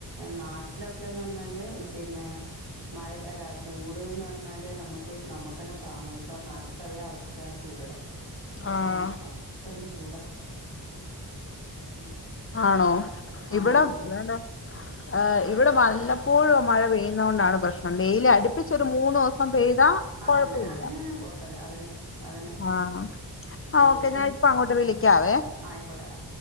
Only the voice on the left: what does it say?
ആഹ്
ആണോ ഇവിടെ
വേണ്ട ഏഹ് ഇവിടെ വല്ലപ്പോഴും മഴ പെയ്യുന്നത കൊണ്ടാണ് പ്രശ്നം വെയ്ല് അടുപ്പിച്ചോരു മൂന്ന് ദിവസം പെയ്താ
കൊഴപ്പമില്ല
ആഹ്
ആ ഓക്കെ
ഞാൻപ്പ അങ്ങോട്ട് വിളിക്കാവേ